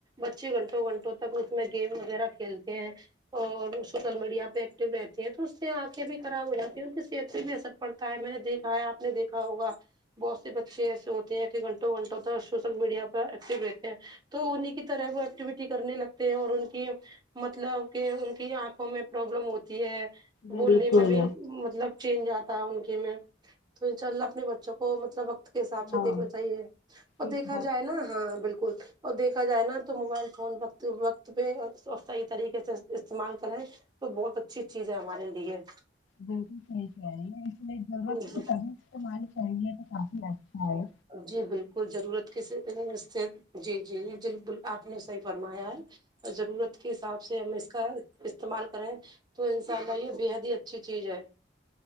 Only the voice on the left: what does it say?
بالکل
ہاں
ایک
بات
بالکل صحیح کہہ رہی ہے اس لیے ضرورت
تو تبھی تمہاری چاہیے تو کافی اچھا ہے